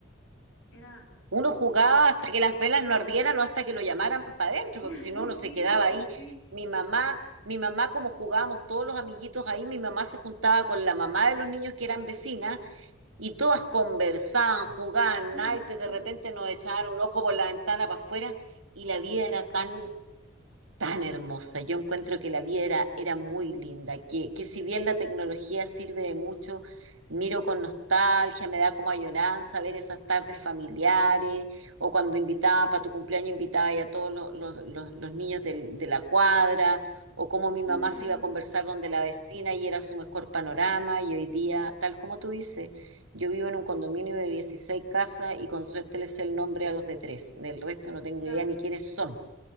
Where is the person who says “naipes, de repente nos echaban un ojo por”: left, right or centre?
Right